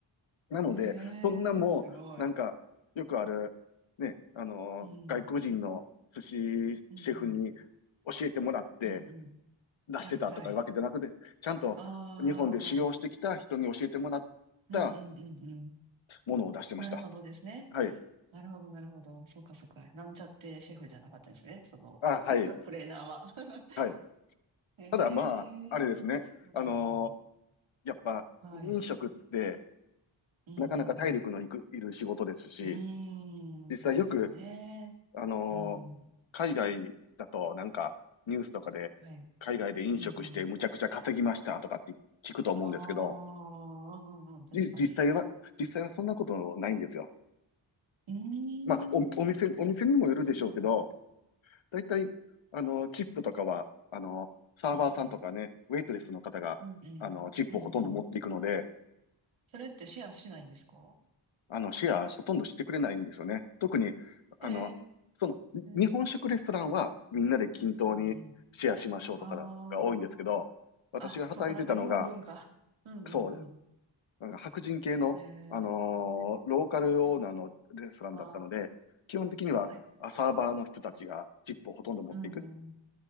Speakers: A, on the left (about 75°); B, on the right (about 75°).
A: なので、
B: ええ、
A: そんなもう、
B: すごい。
A: なんか、よくある、ね、あの、
B: うん。
A: 外国人の寿司シェフに
B: うんうん。
A: 教えてもらって
B: うんうん。
A: 出してたとかいうわけじゃなくて、
B: はいはい。
A: ちゃんと日本で修行してきた人に教えてもらった
B: ああ。うんうんうんうん。
A: ものを出してました。
B: なるほどですね。
A: はい。
B: なるほどなるほど。そうかそうか。なんちゃってシェフじゃなかったんですね。その、
A: あ、はい。
B: <laughs> トレーナーは。<laughs>
A: はい。
B: ええ、
A: ただまあ、あれですね。
B: そうなんだ。
A: あのーやっぱ飲食って
B: はい。うんうん
A: なかなか体力のいく、いる仕事ですし、
B: うん。うーん、
A: 実際よく、
B: そうですよね。
A: あのー海外だとなんかニュースとかで海外で飲食してむちゃくちゃ稼ぎましたとかって聞くと思うんですけど、
B: うん。はい。うんうん。ああ、うんうんうん、確かに。
A: じ実際は、実際はそんなことないんですよ。
B: ええー
A: まあ、お、お店、お店にもよるでしょうけど、
B: そうなの
A: だいたい、あの、チップとかは、あの、サーバーさんとかね、
B: うんうん
A: ウェイトレスの方が、
B: うん、うんうん、
A: あの、チップをほとんど持っていくので、
B: うんうん。それってシェアしないんですか
A: あの、シェアほとんどしてくれないんですよね。特に、あの、
B: ええ
A: その、に日本食レストランはみんなで均等にシェアしましょうとかが多いんですけど、
B: ー、うんうん。あ
A: 私が働いてたのが、
B: あ、あ、そこなんか日本文化。うんうんうん。
A: そう、なんか白人系の、
B: え
A: あのーローカルオーナーのレストランだったので、
B: ー、あー
A: 基本的にはあサーバーの人たちがチップをほとんど持っていく。
B: はい。うんうん。